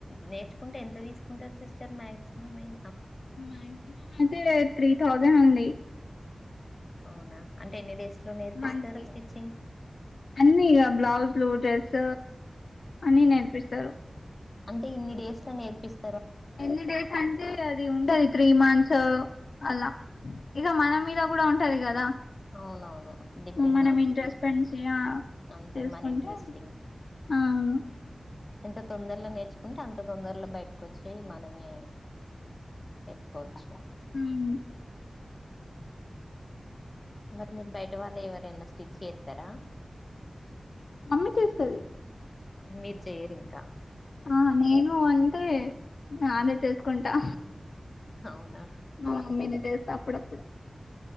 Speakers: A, on the left; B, on the left.
A: నేర్చుకుంటే ఎంత తీసుకుంటారు సిస్టర్ మాక్సిమం అయి
B: మ్యాగ్సిమం అయితే త్రీ థౌజంన్ ఉంది
A: అవునా అంటే ఎన్ని డేస్ లో నేర్పిస్తారు
B: మంచి
A: స్టిచ్చింగ్
B: అన్ని ఇగ బ్లౌజులు డ్రెస్ అన్ని నేర్పిస్తారు
A: అంటే ఇన్ని డేస్ లో నేర్పిస్
B: ఎన్ని డేస్ అంటే అది ఉండది త్రీ మంత్స్ అలా ఇగ మన మీద గూడా ఉంటది గదా
A: అవునవును డిపెండ్
B: మనం
A: ఆన్
B: ఇంట్ర స్పెండ్ చేయ
A: అంతే
B: చేసుకుంటే
A: మన ఇంట్రెస్ట్
B: అ అవును
A: ఇంత తొందరలో నేర్చుకుంటే అంత తొందరలో బయటకొచ్చి మనమే పెట్టుకోవచ్చు
B: మ్మ్
A: మరి మీరు బయట వాళ్ళ ఎవరైనా స్టిచ్ చేస్తారా
B: అమ్మి చేస్తది
A: మీరు చెయ్యరు ఇంకా
B: ఆ నేను అంటే ఆదే చేసుకుంటా
A: అవునా
B: మా మమ్మీ నే తెడుతా అప్పుడప్పుడు